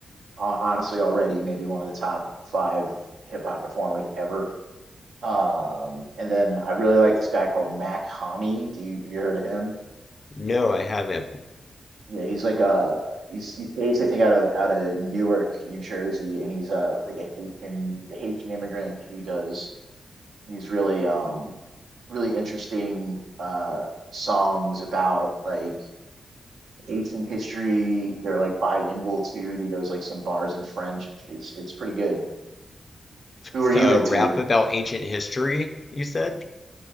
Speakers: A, on the right (about 85°); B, on the left (about 35°).
A: hon- honestly already maybe one of the top five hip hop performers ever. Um, and then I really like this guy called Mac Hami. Do you have you heard of him?
B: No, I haven't.
A: Yeah, he's like a he's he's based I think out of out of Newark, New Jersey, and he's uh like a Haitian he's a Haitian immigrant who does these really um really interesting uh songs about like Haitian history. They're like bilingual too. He does like some bars in French. It's it's pretty good. Who
B: So,
A: are you into?
B: rap about ancient history, you said?